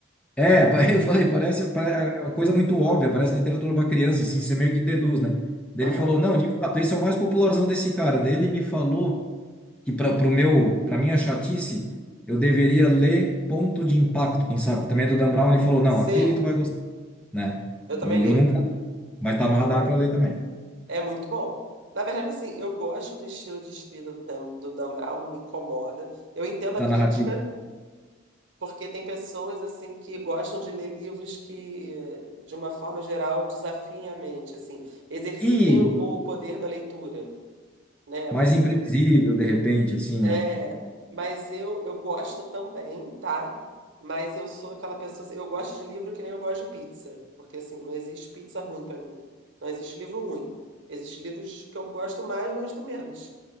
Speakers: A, in the centre; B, on the right (about 55°).
A: É, pa- <laughs> eu falei, parece, pare- é é uma coisa muito óbvia, parece literatura para criança, assim, você meio que deduz, né? Daí
B: Aham.
A: ele falou, não, de fato, esse é o mais popularzão desse cara. Daí ele me falou que para pro meu, para minha chatice, eu deveria ler Ponto de Impacto, quem sabe, que também é do Dan Brown, ele falou, não,
B: Sim,
A: aquele tu vai gostar, né?
B: eu também
A: E
B: li.
A: eu nunca li, mas tá no radar para ler também,
B: É muito bom. Na verdade, assim, eu gosto do estilo de escrita do Dan, do Dan Brown, não me incomoda. Eu entendo
A: da
B: a crítica,
A: narrativa.
B: porque tem pessoas, assim, que gostam de ler livros que, de uma forma geral, desafiem a mente, assim, exercitem
A: E
B: o o poder da leitura, né?
A: mais
B: Você
A: imprevisível, de repente, assim,
B: É,
A: é.
B: mas eu, eu gosto também, tá? Mas eu sou aquela pessoa, assim, eu gosto de livro que nem eu gosto de pizza, porque assim, não existe pizza ruim pra mim. Não existe livro ruim. Existem livros que eu gosto mais, gosto menos.